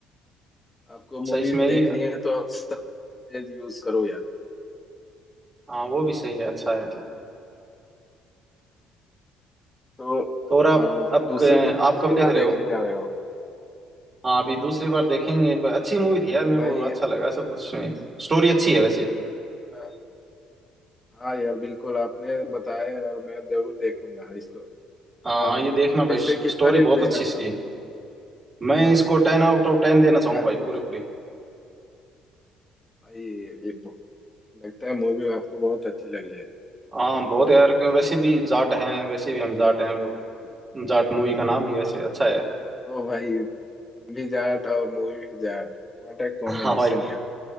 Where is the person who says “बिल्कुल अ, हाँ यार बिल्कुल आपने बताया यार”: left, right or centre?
Left